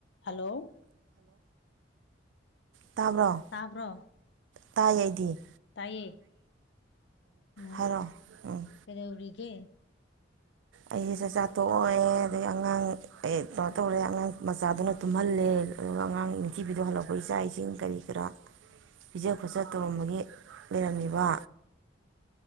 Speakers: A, on the left (about 65°); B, on the right (about 75°).
A: ꯍꯜꯂꯣ
B: ꯇꯥꯕ꯭ꯔꯣ
A: ꯇꯥꯕ꯭ꯔꯣ
B: ꯇꯥꯏ ꯑꯩꯗꯤ
A: ꯇꯥꯏꯌꯦ ꯎꯝ
B: ꯍꯥꯏꯔꯛꯑꯣ ꯎꯝ
A: ꯀꯩꯗꯧꯔꯤꯒꯦ
B: ꯑꯩꯁꯦ ꯆꯥꯛꯆꯥ ꯊꯣꯛꯣꯛꯑꯣꯦ ꯑꯗꯒꯤ ꯑꯉꯥꯡ ꯑꯩ ꯀꯩꯅꯣ ꯇꯧꯔꯦ ꯑꯉꯥꯡ ꯃꯆꯥꯗꯨꯅ ꯇꯨꯝꯍꯜꯂꯦ ꯑꯗꯨꯒ ꯑꯉꯥꯡ ꯅꯤꯡꯅꯨꯡꯊꯤꯕꯤꯤꯗꯣ ꯍꯜꯂꯛꯄ ꯏꯆꯥ ꯏꯁꯤꯡ ꯀꯔꯤ ꯀꯔꯥ ꯄꯤꯖ ꯈꯣꯠꯆ ꯇꯧꯔꯝꯕꯒꯤ ꯂꯩꯔꯝꯃꯤꯕ